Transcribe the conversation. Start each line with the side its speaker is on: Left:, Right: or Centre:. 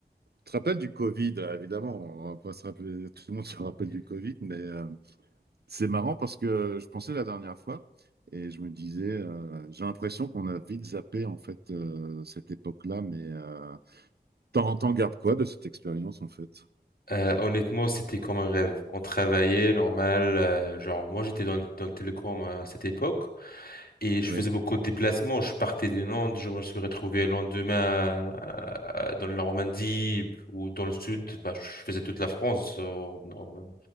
Right: Tu te rappelles du Covid, euh, évidemment, on va pas se rappeler, tout le monde se rappelle du Covid, mais euh, c'est marrant parce que je pensais la dernière fois et je me disais, euh, j'ai l'impression qu'on a vite zappé en fait euh, cette époque-là, mais euh, t'en, t'en gardes quoi de cette expérience en fait?
Left: Euh, honnêtement, c'était comme un rêve. On travaillait normal. euh, genre, moi, j'étais dans, dans le télécom à cette époque et je
Right: Oui,
Left: faisais beaucoup de déplacements. Je partais de Nantes, je me suis retrouvé le lendemain euh, dans la Normandie ou dans le sud. Bah, je faisais toute la France en, en-